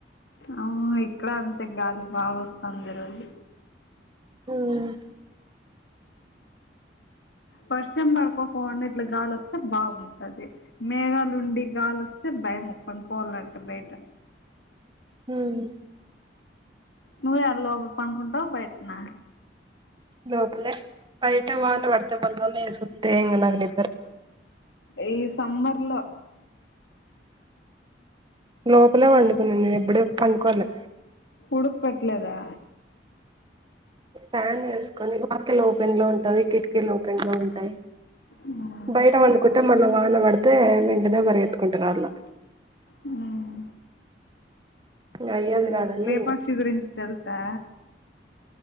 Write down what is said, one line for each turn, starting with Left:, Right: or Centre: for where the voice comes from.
Left: ఆ ఇక్కడ అంతే గాలి బాగావస్తాది ఈరోజు
Right: ఉమ్మ్
Left: వర్షం పడుకోకుండా ఇట్లా గాలోస్తే బాగుంటది మేఘాలుండి గాలోస్తే భయము పండుకోవాలంటే బయట
Right: ఉమ్మ్
Left: నువ్వు యాడ లోపల పండుకుంటావా బయటనా
Right: లోపలే బయట వాన పడితే మల్ల లేసోత్తే ఇంగ నాకు ని
Left: ఈ సమ్మర్ లో
Right: లోపలే పండుకున్నా నేను ఎప్పుడు పండుకోలే
Left: ఉడుకు పట్లేదా
Right: ఫ్యాన్ వేసుకొని వాకిలి ఓపెన్ లో ఉంటది కిటికీలు ఓపెన్ లో ఉంటాయి
Left: మ్మ్
Right: బయట పండుకుంటే మళ్ళా వాన పడితే వెంటనే పరిగెత్తుకుంట రావళ్ళ
Left: మ్మ్
Right: అయ్యేది
Left: ఆ
Right: కాదని
Left: లేపాక్షి గురించి తెలుసా